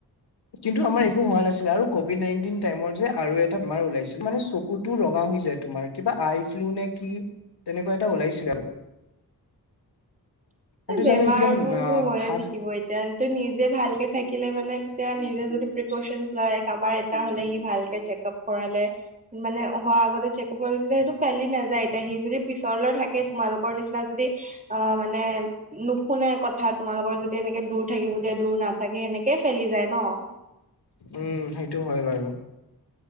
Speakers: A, on the left; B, on the right.
A: কিন্তু আমাৰ একো হোৱা নাছিলে আৰু কভিড নাইনটিন টাইমৰ যে আৰু এটা বেমাৰ ওলাইছিল মানে চকুতো ৰঙা হৈ যায় তোমাৰ কিবা আই ফ্লু নে কি তেনেকুৱা এটা ওলাইছিলে আৰু সেইটো
B: বেমাৰ
A: জানো এতিয়া ন
B: বোৰতো হৈয়ে
A: ভাল
B: থাকিব এতিয়াটো নিজে ভালকে থাকিলে মানে তেতিয়া নি- নিজে যদি পেপেৰেচন লয় কাবাৰ এটা হলে ভালকে চেকাপ কৰালে মানে হোৱা আগতে ছেক ভল দিলে সেইটো ফেলি নাযায় এতিয়া সি যদি পিছৰলৈ থাকে তোমালোকৰ নিচিনা যদি অ মানে নুশুনে কথা তোমালোকৰ যদি এনেকে দূৰ থাকিব। দূৰ নাথাকে সেনেকেই ফেলি যায় ন।
A: উম সেইটো হয় বাৰু